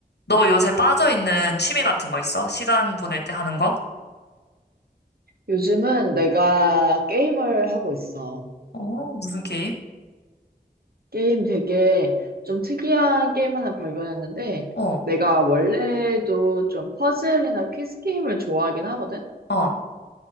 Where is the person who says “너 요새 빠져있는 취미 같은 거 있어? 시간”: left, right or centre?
Left